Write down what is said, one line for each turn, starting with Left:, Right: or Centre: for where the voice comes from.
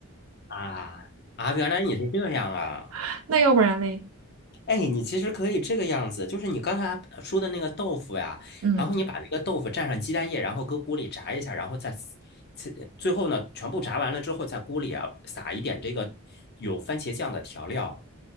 Left: 啊啊，原来你是这样啊！
Right: <laughs> 那要不然嘞？
Left: 哎，你其实可以这个样子，就是你刚才说的那个豆腐呀，
Right: 嗯，
Left: 然后你把那个豆腐蘸上鸡蛋液，然后搁锅里炸一下，然后再撕最最后呢，全部炸完了之后，在锅里啊撒一点这个有番茄酱的调料，